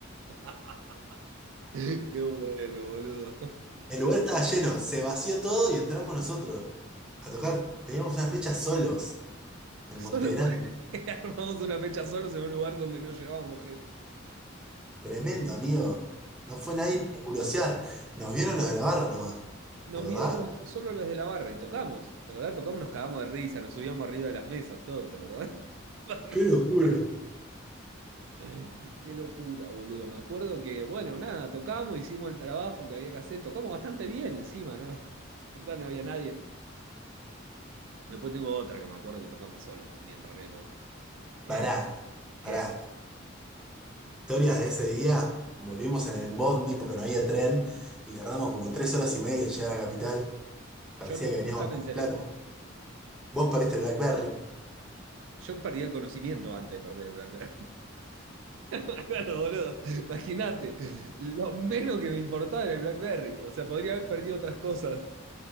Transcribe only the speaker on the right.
<laughs> Qué bueno, boludo.
Solo
por <laughs> armamos una fecha solos en un lugar donde no llegábamos gente.
Nos
vieron los- solo los de la barra y tocamos. ¿Te acordás? Tocamos, nos cagamos de risa, nos subíamos arriba de las mesas, todo, ¿te acordás? <laughs>
<laughs> Qué locura, boludo. Me acuerdo que, bueno, nada, tocamos, hicimos el trabajo que había que hacer. Tocamos bastante bien encima, ¿no? <laughs> Total, no había nadie. Después tengo otra que me acuerdo que tocamos solos también, re locos. Eh,
¿qué?
Yo nu-
nunca me
enteré.
Yo perdí el conocimiento antes de perder el BlackBerry. <laughs> Me acuerdo, boludo. Imagínate, lo menos que me importaba era el BlackBerry. O sea, podría haber perdido otras cosas.